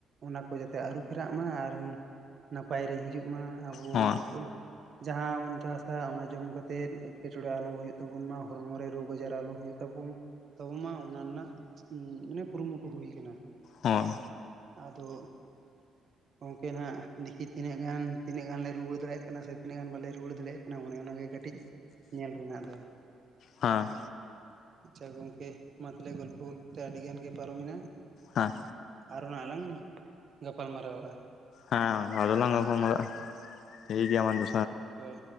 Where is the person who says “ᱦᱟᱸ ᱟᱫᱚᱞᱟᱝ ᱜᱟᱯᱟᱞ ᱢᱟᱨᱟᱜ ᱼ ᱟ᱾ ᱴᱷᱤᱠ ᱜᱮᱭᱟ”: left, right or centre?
Left